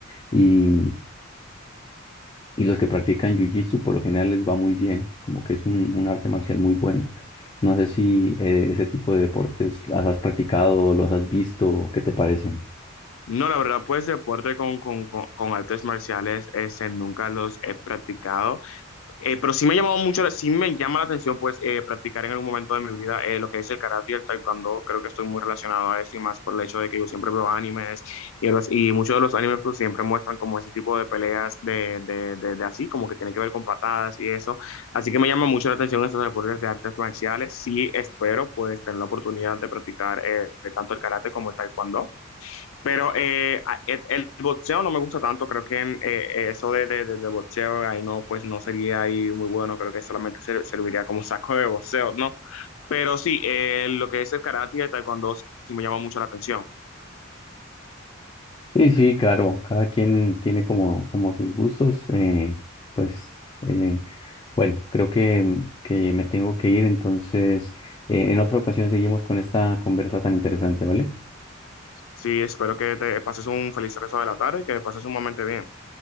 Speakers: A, on the left; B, on the left.
A: y, y los que practican Jiu-Jitsu por lo general les va muy bien, como que es un, un arte marcial muy buena. No sé si eh, ese tipo de deportes las has practicado, los has visto, ¿qué te parecen?
B: No, la verdad, pues deporte con, con, con, con artes marciales, ese nunca los he practicado. Eh, pero sí me ha llamado mucho, sí me llama la atención pues eh, practicar en algún momento de mi vida eh, lo que es el karate y el taekwondo. Creo que estoy muy relacionado a esto y más por el hecho de que yo siempre veo animes y, los- y muchos de los animes pues siempre muestran como ese tipo de peleas de, de, de, de así, como que tiene que ver con patadas y eso. Así que me llama mucho la atención estos deportes de artes marciales. Sí espero pues tener la oportunidad de practicar eh, tanto el karate como el taekwondo. Pero eh, a- el, el boxeo no me gusta tanto, creo que en, eh, eso de, de, de- de boxeo ahí no, pues no sería ahí muy bueno, creo que solamente ser- serviría como saco de boxeo, ¿no? Pero sí, eh, lo que es el karate y el taekwondo sí me llama mucho la atención.
A: Sí, sí, claro, cada quien tiene como, como sus gustos, eh, pues eh, bueno, creo que, que me tengo que ir, entonces eh, en otra ocasión seguimos con esta conversa tan interesante, ¿vale?
B: Sí, espero que te pases un feliz resto de la tarde, que pases un momento bien.